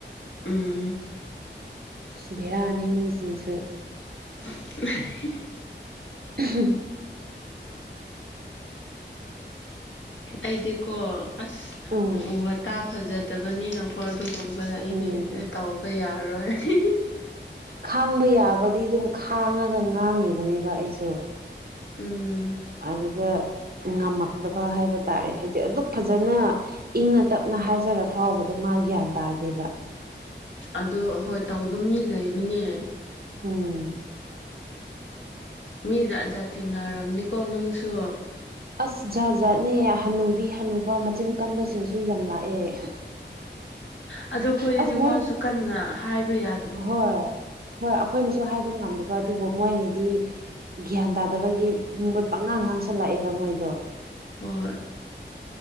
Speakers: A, on the left; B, on the right.
A: ꯎꯝ
B: ꯑꯁ ꯕꯦꯔꯥꯅꯦ ꯃꯤꯁꯤꯡꯁꯦ
A: <unintelligible>
B: <unintelligible>
A: ꯑꯩꯗꯤꯀꯣ ꯑꯁ
B: ꯎꯝ
A: ꯋꯥꯇꯥ ꯐꯖꯗꯕꯅꯤꯅ ꯀꯣ ꯑꯗꯨꯒꯨꯝꯕꯗ ꯑꯩꯗꯤ
B: ꯎꯝ
A: ꯇꯧꯕ ꯌꯥꯔꯣꯏ <unintelligible>
B: ꯈꯥꯡꯕ ꯌꯥꯕꯗꯤ ꯑꯗꯨꯝ ꯈꯥꯡꯉꯒ ꯉꯥꯡꯉꯤꯕꯅꯦꯕ ꯑꯩꯁꯨ
A: ꯎꯝ
B: ꯑꯗꯨꯗ ꯉꯝꯃꯛꯇꯕ ꯍꯥꯏꯕ ꯇꯥꯔꯦ ꯍꯥꯏꯗꯤ ꯑꯗꯨꯛ ꯐꯖꯅ ꯏꯪꯅ ꯇꯞꯅ ꯍꯥꯏꯖꯔ ꯐꯥꯎꯕꯗ ꯃꯥ ꯒ꯭ꯌꯥꯟ ꯇꯥꯗꯦꯕ
A: ꯑꯗꯨ ꯍꯣꯏ ꯇꯧꯕ ꯃꯤ ꯂꯩꯕꯅꯦ
B: ꯎꯝ
A: ꯃꯤ ꯖꯥꯠꯖꯥꯠ ꯊꯦꯡꯅꯔꯝꯅꯤꯀꯣ ꯅꯪꯁꯨ
B: ꯑꯁ ꯖꯥꯠ ꯖꯥꯠꯅꯦ ꯍꯅꯨꯕꯤ ꯍꯅꯨꯕ ꯃꯆꯤꯟ ꯀꯟꯕꯁꯤꯡꯁꯦ ꯑꯗꯨꯨ ꯌꯥꯝ ꯂꯥꯛꯑꯦ
A: ꯑꯗꯨ ꯈꯣꯏꯗꯗꯤ
B: ꯑꯁ ꯃꯣꯏ
A: ꯋꯥꯁꯨ ꯀꯟꯅ ꯍꯥꯏꯕ ꯌꯥ
B: ꯍꯣꯏ ꯍꯣꯏ ꯑꯩꯈꯣꯏꯅꯁꯨ ꯍꯥꯏꯕ ꯉꯝꯗꯕ ꯑꯗꯨꯕꯨ ꯃꯣꯏꯅꯗꯤ ꯒ꯭ꯌꯥꯟ ꯇꯥꯗꯕꯒꯤ ꯃꯣꯏ ꯄꯪꯉꯥꯡ ꯉꯥꯡꯁꯜꯂꯛꯑꯦꯕ ꯃꯣꯏꯗꯣ
A: ꯍꯣꯏ